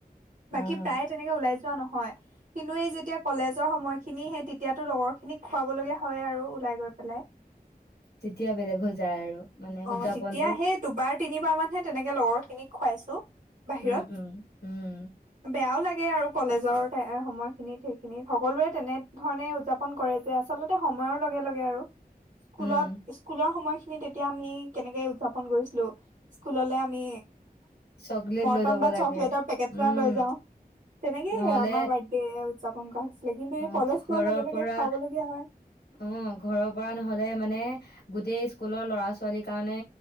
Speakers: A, on the left (about 85°); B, on the right (about 55°).
A: অ',
B: বাকী প্ৰায়ে তেনেকে ওলাই যো ৱা নহয় কিন্তু এই যেতিয়া কলেজৰ সময় খিনি হে তেতিয়াটো লগৰ খিনিক খুৱাব লগীয়া হয় আৰু ওলাই গৈ পেলাই।
A: তেতিয়া বেলেগ হৈ যায় আৰু মানে
B: অ
A: উদযাপনটো
B: তেতিয়া সেই তোবাৰ, তিনিবাৰ মানহে তেনেকে লগৰ খিনিক খুৱাইছো। বাহিৰত
A: উম, উম, উম,
B: বেয়াও লাগে গে আৰু কলেজৰ সময়খিনিত সেইখিনিত সকলোে তেনেধৰণে উদযাপন কৰে যে আচলতে সময়ৰ লগে লগে আৰু স্কুলত
A: উম,
B: স্কুলৰ সময় খি নিত এতিয়া আমি কেনেকে উদযাপন কৰিছিলো স্কুললে আমি
A: চকলেট
B: মটন
A: লৈ যাব
B: বা
A: লাগে
B: চকলেটৰ পেকেট এটা
A: উম,
B: লৈ যাও তেনেকে
A: নহ'লে
B: আমাৰ বাৰ্থডে উদযাপন কৰা হৈছে। কিন্তু এতিয়া
A: অ',
B: কলেজ
A: ঘৰৰ
B: পোৱাৰ লগে লগে
A: পৰা
B: খুৱাবলগীয়া হয়।
A: অ ঘৰৰ পৰা নহলে মানে গোটেই স্কুলৰ ল'ৰা ছোৱালীৰ কাৰণে